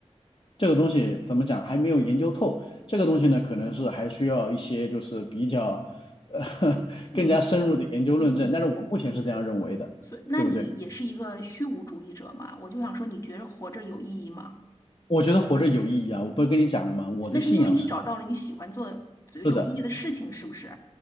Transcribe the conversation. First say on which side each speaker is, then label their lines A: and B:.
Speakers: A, on the left; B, on the left.
A: 这个东西怎么讲还没有研究透，这个东西呢，可能是还需要一些就是比较呃 <laughs> 更加深入的研究论证，
B: 嗯，你，
A: 但是我目前是这样认为的，
B: 所，那你也是一个虚无主义者嘛？
A: 对不对？
B: 我就想说，你觉得活着有意义吗？
A: 我觉得活着有意义啊！我不是跟你讲了吗？我的信仰是
B: 那是因为你找到了你喜欢做的、
A: 是的，
B: 有意义的事情，是不是？